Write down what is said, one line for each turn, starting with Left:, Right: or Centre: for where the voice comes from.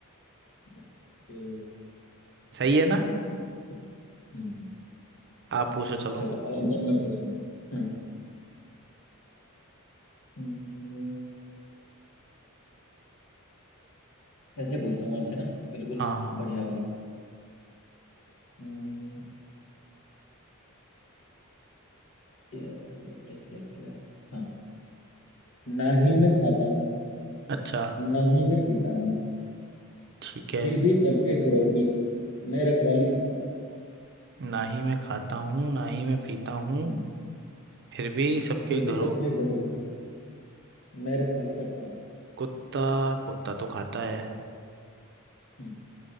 Left: ओके
Right: सही है ना
Left: चलो हम्म
Right: आप पूछो चलो
Left: चलो अब चलो मैं पूछता हूँ हम्म हम्म, ऐसे ही पूछता हूँ आपसे ना बिल्कुल
Right: हाँ
Left: बढ़िया वाली हम्म, क्या क्या क्या क्या क्या हाँ ना ही मैं खाता हूँ
Right: अच्छा
Left: ना ही मैं पीता हूँ
Right: ठीक है
Left: फिर भी सबके घरों की मैं रखवाली करता हूँ
Right: ना ही मैं खाता हूँ ना ही मैं पीता हूँ
Left: हम्म,
Right: फिर भी सबके
Left: फिर
Right: घरों
Left: भी सबके
Right: की-
Left: घरों की मैं रखवाली करता हूँ
Right: कुत्ता कुत्ता तो खाता है
Left: हम्म,